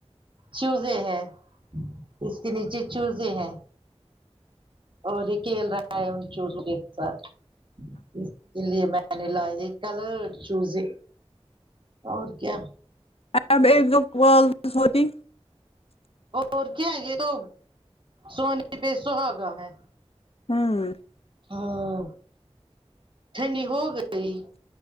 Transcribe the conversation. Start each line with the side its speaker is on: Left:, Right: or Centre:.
Right: چوزے ہے اس کے نیچے چوزے ہے اور یہ کھیل رہا ہے ان چزوں کے ساتھ اس کے لیے میں ل یہ <unintelligible> کلرڈ چوزے اور کیا
Left: اب ایک دو کال ہوتی
Right: اور کیا یہ تو سونی پہ سوہاگا ہے
Left: ہمم
Right: ہاں ٹھنڈی ہو گئی